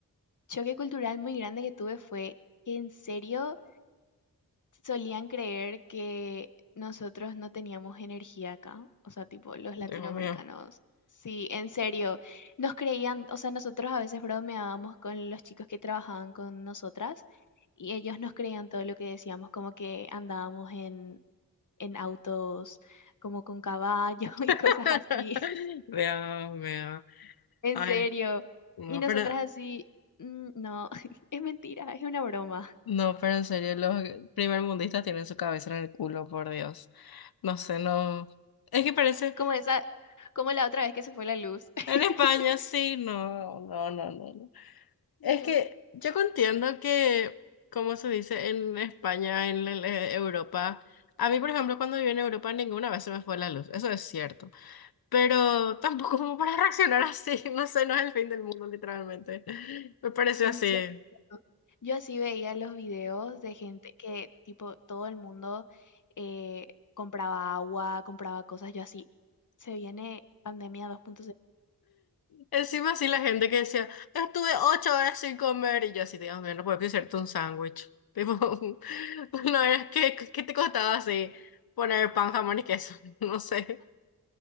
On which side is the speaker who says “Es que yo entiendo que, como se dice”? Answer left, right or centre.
Left